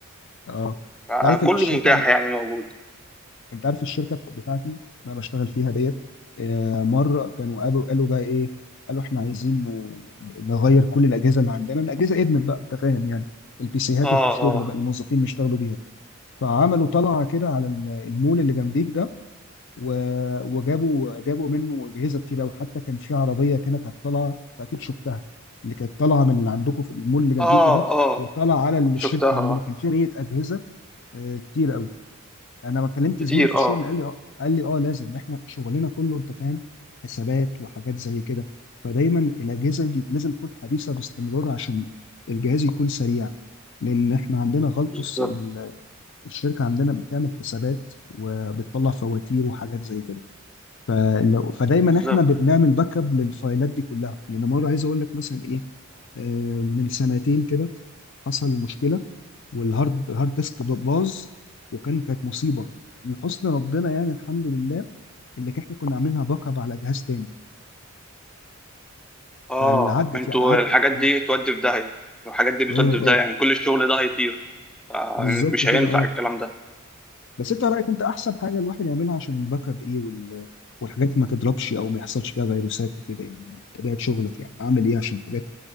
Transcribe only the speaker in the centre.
آه،
كله
متاح يعني موجود
اه
اه
اه
اه
شفتها اه
كتير
اه
بالظبط
بالظبط
اه
انتوا
الحاجات
دي تودي في داهية الحاجات دي بتودي
في
داهية يعني كل الشغل ده هيطير آه،
مش
هينفع
الكلام ده